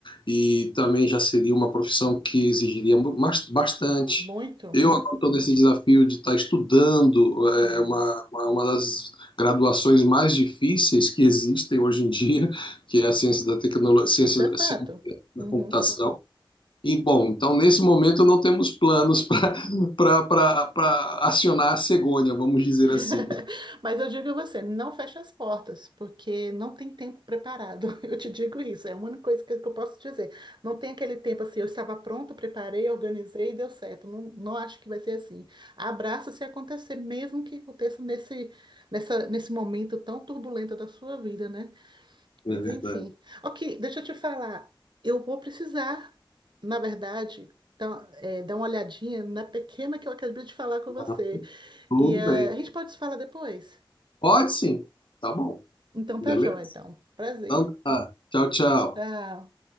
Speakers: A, on the left; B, on the right.
A: e também já seria uma profissão que exigiria mu- mas- bastante.
B: Muito.
A: Eu agora estou nesse desafio de estar estudando, é,
B: Hum,
A: é uma, uma, uma das graduações mais difíceis que existem hoje em dia, que é a ciência da tecnologia, ciência,
B: Isso é fato.
A: ciência da
B: Uhum.
A: computação. E, bom, então nesse momento não temos planos <laughs> para acionar a cegonha, vamos dizer
B: <laughs>
A: assim.
B: Mas eu digo a você, não feche as portas, porque não tem tempo preparado. <laughs> Eu te digo isso, é a única coisa que que eu posso dizer. Não tem aquele tempo assim, eu estava pronta, preparei, organizei e deu certo. Não, não acho que vai ser assim. Abraça se acontecer, mesmo que aconteça nesse, nessa, nesse momento tão turbulento da sua vida, né? Mas
A: É verdade.
B: enfim. Ok, deixa eu te falar. Eu vou precisar, na verdade, dar, é, dar uma olhadinha na pequena que eu acabei de falar com você.
A: Tá tudo
B: E eh,
A: bem.
B: a gente pode se falar depois?
A: Pode sim. Tá bom.
B: Então
A: Beleza?
B: tá joia, então. Prazer.
A: Então tá. Tchau, tchau.
B: Tchau.